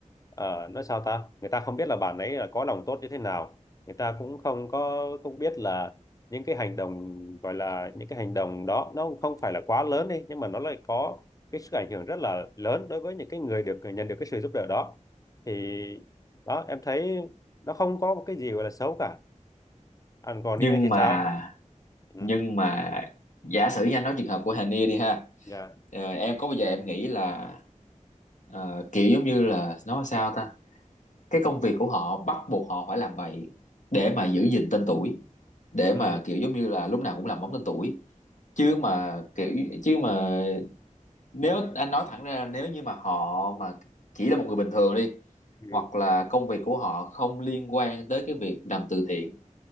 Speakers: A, on the left; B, on the left.
A: ờ, nói sao ta người ta không biết là bạn ấy là có lòng tốt như thế nào người ta cũng không có không biết là những cái hành động gọi là những cái hành động đó nó cũng không phải là quá lớn đi nhưng mà nó lại có cái sức ảnh hưởng rất là lớn đối với những cái người được nhận được cái sự giúp đỡ đó thì đó em thấy nó không có một cái gì gọi là xấu cả anh còn
B: nhưng
A: đi thì
B: mà
A: sao ừ
B: nhưng mà giả sử như anh nói trường hợp của Hania đi ha
A: dạ
B: ờ, em có bao giờ em nghĩ là ờ, kiểu giống như là nói sao ta cái công việc của họ bắt buộc họ phải làm vậy để mà giữ gìn tên tuổi để
A: ừ
B: mà kiểu giống như là lúc nào cũng làm bóng tên tuổi chứ mà kiểu chứ mà nếu anh nói thẳng ra là nếu như mà họ mà chỉ là một người bình thường đi
A: ừ,
B: hoặc là công việc của họ không liên quan tới cái việc làm từ thiện